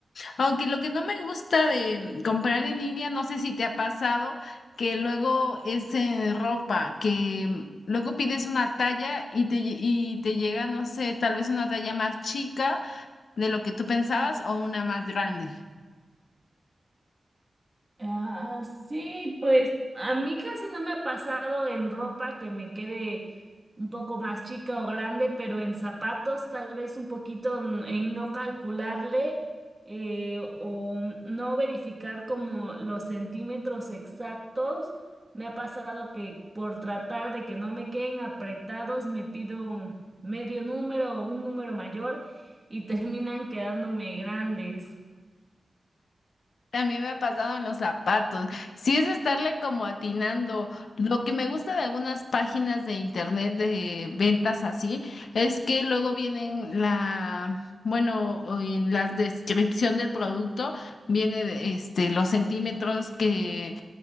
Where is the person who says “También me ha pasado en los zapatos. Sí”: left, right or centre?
Left